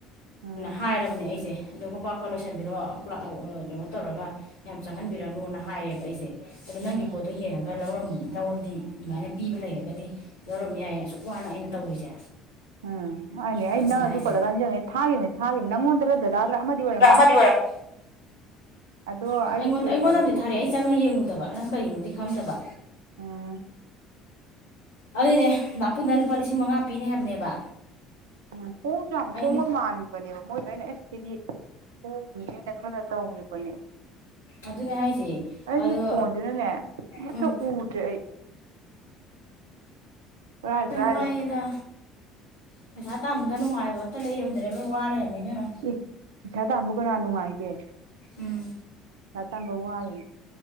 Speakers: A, on the right; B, on the left.
A: ꯎꯝ
B: ꯍꯥꯏꯔꯕꯅꯦ ꯑꯩꯁꯦ ꯑꯗꯣ ꯀꯣꯛꯀꯥ ꯀꯣꯛꯀꯥ ꯂꯣꯏꯁꯟꯕꯤꯔꯣ ꯀꯩꯅꯣ ꯇꯧꯔꯒ ꯌꯥꯝ ꯆꯪꯍꯟꯕꯤꯔꯅꯣꯅ ꯍꯥꯏꯌꯦꯕ ꯑꯩꯁꯦ ꯑꯗꯣ ꯅꯪꯒꯤ
A: ꯎꯝ
B: ꯄꯣꯠꯇꯣ ꯌꯦꯡꯉꯒ ꯂꯧꯔꯝ ꯂꯧꯔꯗꯤ ꯑꯗꯨꯃꯥꯏꯅ ꯄꯤꯕ ꯂꯩꯔꯒꯗꯤ ꯂꯧꯔꯝ ꯌꯥꯏꯌꯦ ꯑꯁꯨꯛ ꯋꯥꯅ ꯑꯩꯅ ꯇꯧꯔꯤꯁꯦ
A: ꯎꯝ ꯍꯥꯏꯅꯦ ꯑꯩ
B: ꯑꯗꯨꯅꯦ
A: ꯅꯪ
B: ꯍꯥꯏꯁꯦ
A: ꯑꯗꯨ ꯄꯜꯂꯒ ꯅꯤꯡꯖꯪꯉꯛꯢꯅꯦ ꯊꯥꯒꯤꯕꯅꯦ ꯊꯥꯒꯤꯕꯅꯦ ꯅꯪꯉꯣꯟꯗꯔꯥ ꯗꯗꯥꯗꯔꯥ ꯑꯃꯗꯤ ꯑꯣꯏꯔꯝ
B: ꯑꯃꯗꯤ ꯑꯣꯢꯔꯝꯅꯤ
A: ꯑꯗꯣ ꯑꯩꯁꯨ
B: ꯑꯣ ꯑꯩꯉꯣꯟꯗ
A: ꯆꯦꯛ
B: ꯑꯩꯉꯣꯟꯗ
A: ꯇꯧꯔꯒ
B: ꯑꯃꯗꯤ ꯊꯥꯔꯛꯑꯦ
A: ꯌꯦꯡꯒꯦ
B: ꯆꯪꯉꯒ ꯌꯦꯡꯉꯨꯗꯕ ꯅꯪ ꯀꯔꯤꯅꯣꯗꯤ ꯈꯪꯗꯕ
A: ꯎꯝ
B: ꯑꯗꯨꯅꯤꯅꯦ ꯗꯥꯄꯨꯅ ꯂꯨꯄꯥ ꯂꯤꯁꯤꯡ ꯃꯉꯥ ꯄꯤꯅꯤ ꯍꯥꯏꯕꯅꯦꯕ
A: ꯎꯝ ꯍꯣꯡꯁꯨ ꯌꯥꯝ
B: ꯑꯩꯅ
A: ꯍꯣꯡꯕ ꯃꯥꯟꯕꯅꯦꯕ ꯃꯣꯏꯗꯣ ꯑꯩꯅ ꯑꯦ ꯁꯤꯗꯤ ꯍꯣꯡꯉꯤꯅ ꯈꯜꯂꯒ ꯇꯧꯒꯤꯕꯅꯦꯕ
B: ꯑꯗꯨꯅꯦ ꯍꯥꯏꯁꯦ
A: ꯑꯩꯒꯤ
B: ꯑꯗꯣ
A: ꯐꯣꯟꯖꯤꯅꯅꯦ ꯑꯃꯇꯥ
B: ꯎꯝ
A: ꯎꯗ꯭ꯔꯦ ꯑꯩ ꯀꯔꯥꯏ ꯀꯔꯥꯏꯗꯅꯣ
B: ꯋꯥꯥꯏꯗꯥ ꯄꯩꯁꯥ ꯇꯥꯟꯕꯗ ꯅꯨꯡꯉꯥꯏꯕ ꯑꯝꯇ ꯂꯩꯔꯝꯗ꯭ꯔꯦ ꯂꯣꯏ ꯋꯥ ꯂꯩꯔꯝꯃꯦ ꯏꯕꯦꯝꯃ
A: ꯏ ꯄꯩꯁꯥ ꯇꯥꯟꯕꯕꯨ ꯀꯅꯥ ꯅꯨꯡꯉꯥꯏꯒꯦ ꯄꯩꯁꯥ
B: ꯎꯝ
A: ꯇꯥꯟꯕ ꯋꯥꯔꯤꯅꯤ